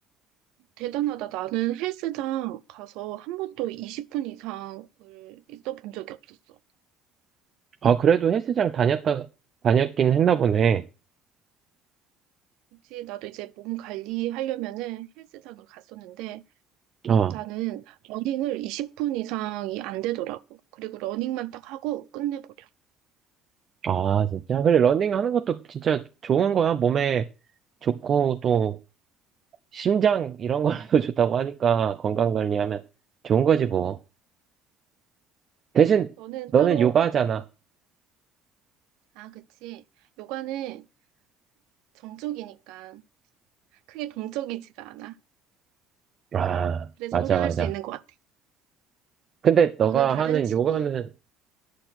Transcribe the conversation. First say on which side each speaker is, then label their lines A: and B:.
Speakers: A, on the right (about 75°); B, on the right (about 45°).
A: 대단하다. 나는 헬스장 가서 한 번도 20분 이상을 있어 본 적이 없었어.
B: 아, 그래도 헬스장 다녔다, 다녔긴 했나 보네.
A: 그치, 나도 이제 몸 관리하려면은 헬스장을 갔었는데
B: 어,
A: 나는 러닝을 20분 이상이 안 되더라고. 그리고 러닝만 딱 하고 끝내버려.
B: 아, 진짜. 그래, 러닝 하는 것도 진짜 좋은 거야. 몸에 좋고, 또, 심장, 이런 거도 <laughs> 좋다고 하니까, 건강 관리하면 좋은 거지, 뭐. 대신
A: 너는
B: 너는
A: 따로,
B: 요가잖아.
A: 아, 그치. 요가는 정적이니까 크게 동적이지가 않아.
B: 아, 아,
A: 그래서
B: 맞아,
A: 오래 할
B: 맞아.
A: 수 있는 것 같아.
B: 근데 너가
A: 너는 다른
B: 하는
A: 취미,
B: 요가는,